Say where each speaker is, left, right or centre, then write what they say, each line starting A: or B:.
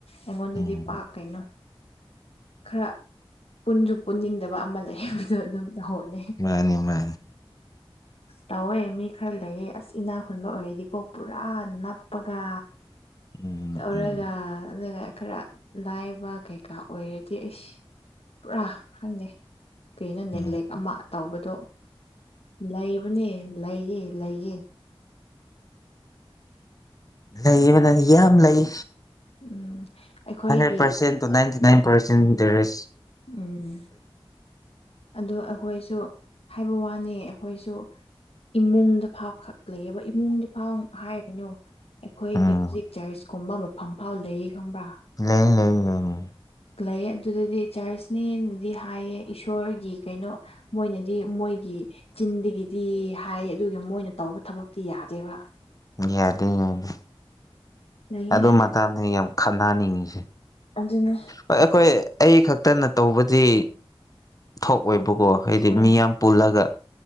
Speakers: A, on the left; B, on the left.
A: ꯑꯩꯉꯣꯟꯗꯗꯤ
B: ꯎꯝ
A: ꯄꯥꯛ ꯀꯩꯅꯣ ꯈꯔ ꯄꯨꯟꯁꯨ ꯄꯨꯟꯅꯤꯡꯗꯕ ꯑꯃ ꯂꯩ ꯍꯥꯏꯕꯗꯣ ꯑꯗꯨꯝ ꯇꯧꯍꯧꯅꯤ
B: ꯃꯥꯅꯤ ꯃꯥꯅꯤ
A: ꯇꯧꯋꯦ ꯃꯤ ꯈꯔ ꯂꯩꯑꯦ ꯑꯁ ꯏꯅꯥꯛ ꯈꯨꯟꯕ ꯑꯣꯏꯔꯗꯤꯀꯣ ꯄꯨꯔꯥ ꯅꯞꯄꯒ
B: ꯎꯝ
A: ꯇꯧꯔꯒ
B: ꯎꯝ
A: ꯑꯗꯨꯒ ꯈꯔ ꯂꯥꯏꯕ ꯀꯩꯀꯥ ꯑꯣꯏꯔꯗꯤ ꯑꯩꯁ ꯄꯨꯔꯥ ꯈꯪꯗꯦ ꯀꯩꯅꯣ ꯅꯦꯒ꯭ꯂꯦꯛ
B: ꯎꯝ
A: ꯑꯃ ꯇꯧꯕꯗꯣ ꯂꯩꯕꯅꯦ ꯂꯩꯌꯦ ꯂꯩꯌꯦ
B: ꯂꯩꯕꯅꯦ ꯌꯥꯝ ꯂꯩ
A: ꯎꯝ ꯑꯩꯈꯣꯏꯒꯤ
B: ꯍꯟꯗ꯭ꯔꯦꯠ ꯄꯔꯁꯦꯟ ꯇꯨ ꯅꯥꯏꯟꯇꯤꯅꯥꯏꯟ ꯄꯔꯁꯦꯟ ꯗꯔꯦꯁ
A: ꯎꯝ ꯑꯗꯣ ꯑꯩꯈꯣꯏꯁꯨ ꯍꯥꯏꯕ ꯋꯥꯅꯤ ꯑꯩꯈꯣꯏꯁꯨ ꯏꯃꯨꯡꯗ ꯐꯥꯎ ꯈꯛ ꯂꯩꯌꯦꯕ ꯏꯃꯨꯡꯗ ꯐꯥꯎ ꯍꯥꯏꯔꯨꯅꯨ ꯑꯩꯈꯣꯏꯒꯤ
B: ꯎꯝ
A: ꯍꯧꯖꯤꯛ ꯆꯔꯆꯀꯨꯝꯕ ꯃꯐꯝ ꯐꯥꯎ ꯂꯩꯌꯦ ꯈꯪꯕ꯭ꯔꯥ
B: ꯂꯩ ꯂꯩ ꯂꯩ ꯂꯩ
A: ꯂꯩꯌꯦ ꯑꯗꯨꯗꯗꯤ ꯆꯔꯆꯅꯦꯅꯗꯤ ꯍꯥꯏꯌꯦ ꯏꯁꯣꯔꯒꯤ ꯀꯩꯅꯣ ꯃꯣꯏꯅꯗꯤ ꯃꯣꯏꯒꯤ ꯆꯤꯟꯗꯒꯤꯗꯤ ꯍꯥꯏ ꯑꯗꯨꯒ ꯃꯣꯏꯅ ꯇꯧꯕ ꯊꯕꯛꯇꯤ ꯌꯥꯗꯦꯕ
B: ꯌꯥꯗꯦ ꯌꯥꯅꯤ
A: ꯂꯩꯌꯦ
B: ꯑꯗꯨ ꯃꯇꯝꯗꯅꯤ ꯌꯥꯝ ꯈꯠꯅꯅꯤꯡꯉꯤꯁꯦ
A: ꯑꯗꯨꯅꯦ
B: ꯍꯣꯏ ꯑꯩꯈꯣꯏ ꯑꯩ ꯈꯛꯇꯅ ꯇꯧꯕꯗꯤ ꯊꯣꯛꯑꯣꯏꯕꯀꯣ ꯍꯥꯏꯗꯤ
A: ꯎꯝ
B: ꯃꯤ ꯌꯥꯝ ꯄꯨꯜꯂꯒ